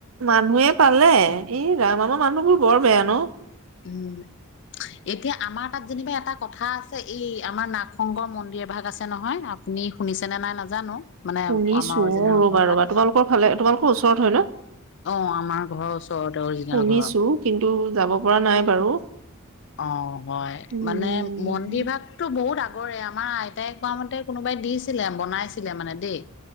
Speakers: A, on the right; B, on the left.
A: মানুহে পালে ই ৰাম আমাৰ মানুহবোৰ বৰ বেয়া ন।
B: উম। এতিয়া আমাৰ তাত যেনিবা এটা কথা আছে। এই আমাৰ নাগ শংকৰ মন্দিৰ ভাগ আছে নহয়। আপুনি শুনিছেনে নাই নাজানো। মানে
A: শুনিছো
B: আমাৰ অৰিজিনেল
A: অ' ৰ'বা
B: ঘৰ তাত।
A: ৰ'বা তোমালোকৰ ফালে তোমালোকৰ ওচৰত হয় ন।
B: অ' আমাৰ ঘৰৰ ওচৰতে অৰিজিনেল
A: শুনিছো
B: ঘৰৰ
A: কিন্তু যাব পৰা নাই বাৰু।
B: অ' হয়
A: উম
B: মানে। মন্দিৰ ভাগতো বহুত আগৰে আমাৰ আইতাই কোৱা মতে কোনোবাই দিছিলে, বনাইছিলে মানে দেই।